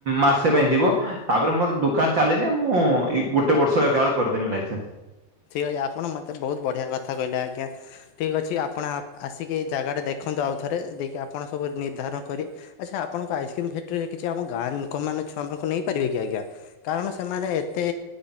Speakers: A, on the right; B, on the left.
A: ମାସେ ପାଇଁ ଥିବ ତାପରେ ମର ଦୁ ଦୁକାନ୍ ଚାଲିଲେ ମୁଁ ଇ-ଗୋଟେ ବର୍ଷ ଏକାବେଳେ କରିଦେମି ଲାଇସେନ୍ସ।
B: ଠିକ୍ ଅଛି ଆପଣ ମତେ ବହୁତ ବଢିଆ କଥା କହିଲେ ଆଜ୍ଞା। ଠିକ୍ ଅଛି ଆପଣ ଆ- ଆସିକି ଜାଗା ଟା ଦେଖନ୍ତୁ ଆଉ ଥରେ ଦେଇକି ଆପଣ ସବୁ ନିର୍ଦ୍ଧାରଣ କରି ଆଚ୍ଛା ଆପଣଙ୍କ ଆଇସକ୍ରିମ୍ ଫ୍ୟାକ୍ଟ୍ରି ରେ କିଛି ଆମ ଗାଁ ଲୋକମାନେ ଛୁଆମାନଙ୍କୁ ନେଇପାରିବେ କି ଆଜ୍ଞା? କାରଣ ସେମାନେ ଏତେ